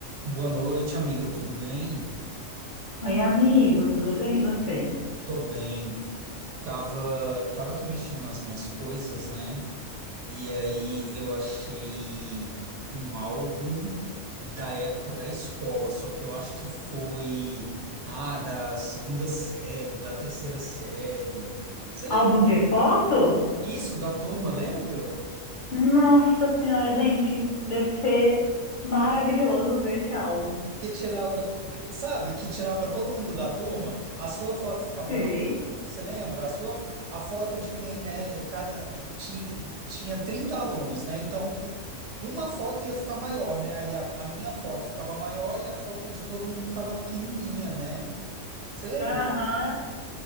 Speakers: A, on the right; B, on the left.
A: Boa noite, amiga, tudo bem?
B: Oi, amigo, tudo bem? E você?
A: Tô bem. Tava, tava aqui mexendo nas minhas coisas, né? E aí eu achei um álbum da época da escola, só que eu acho que foi, ah, da segunda série, da terceira série. Você lembra?
B: Álbum de foto?
A: Isso, da turma, lembra?
B: Nossa senhora, gente, deve ser maravilhoso ver esse álbum.
A: que tirava, que- sabe, que tirava todo mundo da turma, a sua foto ficava
B: Sei.
A: maior. Você lembra? A sua, a foto de quem, né? Cada, ti- tinha 30 alunos, né? Então, uma foto ia ficar maior, né? Aí a, a minha foto ficava maior e a foto de todo mundo ficava pequenininha, né? Você lembra?
B: Aham.